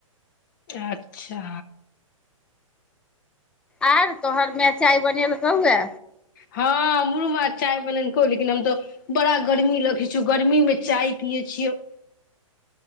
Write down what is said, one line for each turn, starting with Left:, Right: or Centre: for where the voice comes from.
Left: अच्छा
Centre: आओर तोहर मैय चाय बनेल कहूँ ह
Left: हँ हमरू माँ चाय बनेलकौ लेकिन हम तऽ बड़ा गर्मी रखै छियौ गर्मीमे चाय पियै छियौ